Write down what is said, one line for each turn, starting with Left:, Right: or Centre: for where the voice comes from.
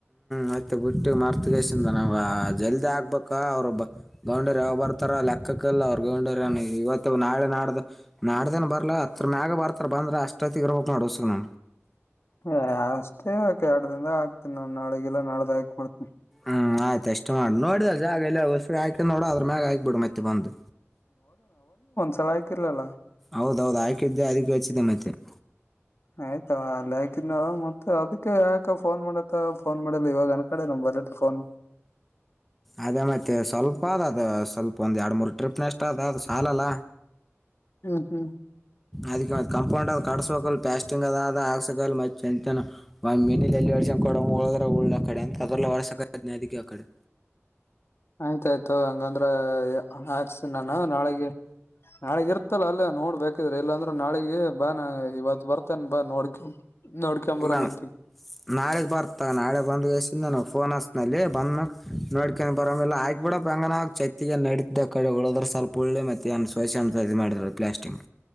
Centre: ಮತ್ತ್ ಬುಟ್ಟಿ ಮರ್ತಗೆಸಿಂದ ನಾವಾ ಜಲ್ದಿ ಆಗ್ಬೇಕ ಅವ್ರು ಬ ಗೌಂಡೆರ್ ಯಾವಾಗ್ ಬರ್ತಾರ ಲೆಕ್ಕ ಲೆಕ್ಕಿಲ್ ಅವ್ರ ಗೌಂಡೆರ್ ಎನ್ ಇವತ್ತ ನಾಳೆ ನಾಡ್ದ ನಡ್ದೇನ್ ಬರ್ಲಾ ಹತ್ರ ಮ್ಯಾಗ ಬರ್ತಾರ ಬಂದ್ರ ಅಷ್ಟ ತೀರಬೇಕ ನೋಡ್ ವಸ್ಸು ನಾ
Left: ಏ ಅಷ್ಟೇ ಯಾಕ್ ಎರಡ ದಿಂದಾಗ ಹಾಕ್ತೀನಿ ನಾನ ನಾಳಿಗಿಲ್ಲ ನಾಡ್ದ ಹಾಕ ಮಾಡ್ತೀನಿ.
Centre: ಹ್ಮ್ ಆಯ್ತ ಅಷ್ಟೇ ಮಾಡ ನೋಡಿದಲ್ಲ ಜಾಗ ಎಲ್ಲರ್ ಒಸು ಮ್ಯಾಕಿಂದ ನೋಡ ಅದರ್ ಮ್ಯಾಗ ಹಾಕ್ಬೀಡು ಮತ್ತೆ ಬಂದು.
Left: ತಲಾಕಿರಲಲ್ಲ.
Centre: ಹೌದ ಹೌದು ಹಾಕಿದ್ದೆ ಅದೀಕ್ಕ ಯೋಚನೆ ಮತ್ತೇನ್.
Left: ಆಯ್ತಾ ತಗ ಅಲ್ ಹಾಕಿದ್ ನಲ ಮತ್ತ ಅದಿಕ್ಕೆ ಯಾಕ ಫೋನ್ ಮಾಡಕ್ಕ ಫೋನ್ ಮಾಡಿಲ್ಲ ಇವಾಗ ಯಾನ್ ಕಡೆ ನಂಬ ಎದಕ್ ಫೋನ್ ನಿಮಗ.
Centre: ಅದೇ ಮತ್ತ ಸ್ವಲ್ಪ ಅದ ಅದು ಸ್ವಲ್ಪ ಒಂದ್ ಎರಡು ಮೂರು ಟ್ರಿಪ್ ನಷ್ಟ ಅದ ಅದು ಸಾಲಲ್ಲ.
Left: ಹ್ಮ್ ಹ್ಮ್
Centre: ಅದೀಕ್ಕೆ ಮತ್ತ ಕಂಪೌಂಡಾದ ಕಡಸಬೇಕಲ್ ಪ್ಯಾಸ್ಟಿಂಗ್ ಅದ ಆದ ಆಗಸಕಲ್ ಮತ್ತ್ ಚೆಂದತ್ಯನ ಓನ್ ಮಿನಿದ ಎಲ್ಲೋ. ರೇಷನ್ ಕೊಡಂವ ಹೋದ್ರ ಹೊಲ ಅಕಂಡ್ಯಂತ್ ಅದರಲೇ ವರ್ಷಕತ್ನಿ ಅದಿಕ್ಕೆ ಅಕಡಿ.
Left: ಆಯ್ತಯ್ತ ತೋ ಹಂಗಂದ್ರ ಏ ಹಾಕ್ಸನಿ ನಾನ ನಾಳಿಗಿ. ನಾಳಿಗ್ ಇರ್ತಲ್ಲ ಅಲ್ಲೆ ನೋಡ್ಬೇಕ. ತಿರ್ ಇಲ್ಲಾಂದ್ರ ನಾಳಿಗಿ ಬಾ ನಾ ಇವತ್ ಬರ್ತೇನ್ ಬಾ ನೋಡ್ಕ ನೋಡ್ಕೊಂಬರಮಂತಿ
Centre: ಇಲ್ಲ ನಾಳೆಗ್ ಬರ್ತ ನಾಳೆ ಬಂದಗೆಸ್ಸಿಂದ ನಾನು ಫೋನ್ ಹಸ ಅಲ್ಲೆ ಬಂದ ಮ್ಯಾಕ್ ನೋಡ್ಕೊಂಡ ಬರಮಿಲ್ ಆಯ್ಕ್ ಬಿಡಪ ಹೆಂಗನ ಹಾಕ್ ಚೆತ್ತಿಗಿ ಎನ್ ನಡಿತ್ತ ಆಕಡ ಉಳದ್ರ ಸ್ವಲ್ಪ ಎಲ್ಲೆ ಮತ್ತೇನ್ ಸೋಷ್ಯಂತ್ ಇದ ಮಾಡಿದ್ರ ಪ್ಲಾಸ್ಟಿಂಗ್.